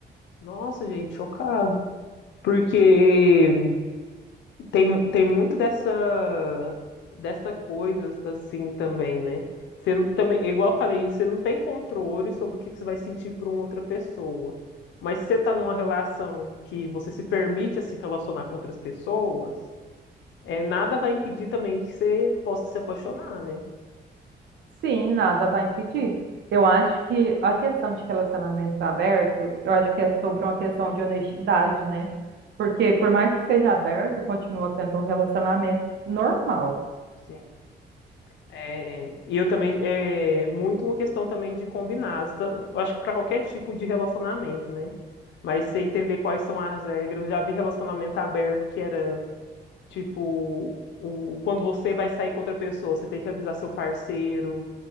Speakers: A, on the left (about 85°); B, on the right (about 70°).
A: Nossa, gente, chocado. Porque tem, tem muito dessa, dessa coisa assim também, né? Você não- também, é igual eu falei, você não tem controle sobre o que que você vai sentir por uma outra pessoa. Mas se você tá numa relação que você se permite a se relacionar com outras pessoas, é, nada vai impedir também que você possa se apaixonar, né?
B: Sim, nada vai impedir. Eu acho que a questão de relacionamento aberto, eu acho que é sobre uma questão de honestidade, né? Porque por mais que seja aberto, continua sendo um relacionamento normal.
A: Sim. É, e eu também é muito uma questão também de combinar. Eu acho que para qualquer tipo de relacionamento, né? Mas você entender quais são as regras. Eu já vi relacionamento aberto que era tipo o, quando você vai sair com outra pessoa, você tem que avisar seu parceiro.